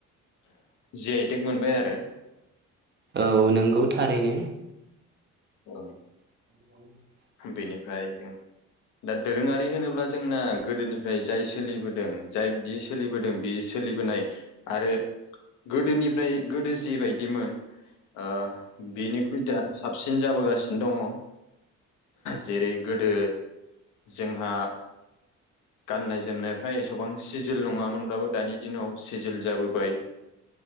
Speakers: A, on the left; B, on the right.
A: जि आइ टेग मोनबाय आरो
B: औ नंगौ थारैनो
A: ओं
B: <inaudible>
A: बेनिफ्राय जों दा दोरोङारि होनोब्ला जोंना गोदोनिफ्राय जाय सोलिबोदों जायबायदि सोलिबोदों बे सोलिबोनाय आरो गोदोनिफ्राय गोदो जिबायदिमोन ओ बेनिख्रुइ दा साबसिन जाबोगासिनो दङ जेरै गोदो जोंहा गाननाय जोमनायफ्रा एसेबां सिजल नङामोनब्लाबो दानि दिनाव सिजल जाबोबाय